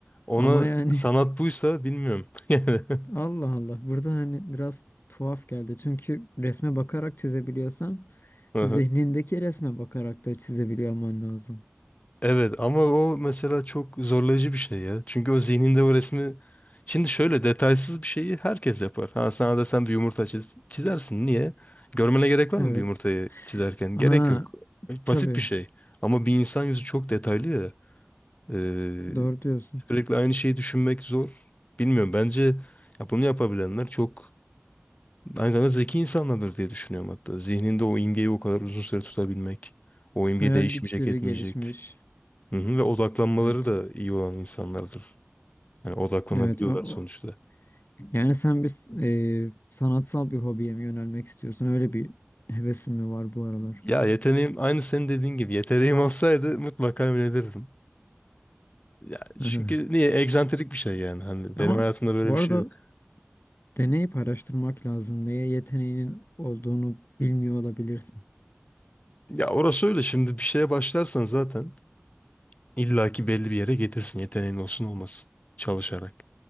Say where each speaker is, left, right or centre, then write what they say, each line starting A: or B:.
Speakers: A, on the left; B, on the left.
A: Ona
B: Ama yani
A: sanat buysa bilmiyorum. <laughs>
B: <laughs> Allah Allah burada hani biraz tuhaf geldi. Çünkü resme bakarak çizebiliyorsan
A: Yani.
B: zihnindeki resme bakarak da çizebiliyor olman lazım.
A: Evet ama o mesela çok zorlayıcı bir şey ya. Çünkü o zihninde o resmi... Şimdi şöyle detaysız bir şeyi herkes yapar. Ha sana desem bir yumurta çiz, çizersin. Niye? Görmene gerek var
B: Evet.
A: mı bir yumurtayı çizerken?
B: Aha
A: Gerek yok. Basit
B: tabii
A: bir şey. Ama bir insan yüzü çok detaylı ya. Ee,
B: doğru diyorsun.
A: sürekli aynı şeyi düşünmek zor. Bilmiyorum bence ya bunu yapabilenler çok aynı zamanda zeki insanlardır diye düşünüyorum hatta. Zihninde o imgeyi o kadar uzun süre tutabilmek. O imge
B: Hayal
A: değişmeyecek
B: güçleri
A: etmeyecek.
B: gelişmiş.
A: Hı hı, ve odaklanmaları
B: Evet.
A: da iyi olan insanlardır. Yani odaklanabiliyorlar
B: Evet. o- o-
A: sonuçta.
B: Yani sen bir s- e, sanatsal bir hobiye mi yönelmek istiyorsun? Öyle bir Hevesin mi var bu aralar?
A: Ya yeteneğim aynı senin dediğin gibi yeteneğim <laughs> olsaydı mutlaka yönelirdim. Ya
B: Aha.
A: çünkü niye egzantrik bir şey yani hani
B: Ama
A: benim hayatımda böyle
B: bu
A: bir şey
B: arada
A: yok.
B: deneyip araştırmak lazım. Neye yeteneğinin olduğunu bilmiyor olabilirsin.
A: Ya orası öyle şimdi bir şeye başlarsan zaten illaki belli bir yere getirsin yeteneğin olsun olmasın çalışarak.